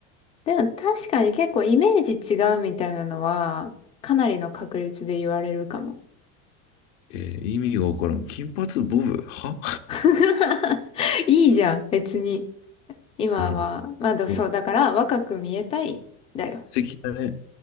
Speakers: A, on the left (about 15°); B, on the left (about 60°).
A: でも確かに結構イメージ違うみたいなのは、かなりの確率で言われるかも。
B: えー意味がわからん。金髪ボブは
A: <laughs> いいじゃん、別に。今は。
B: うん。
A: まあでもそう、
B: うん
A: だから若く見えたい、だよ。
B: 素敵だね。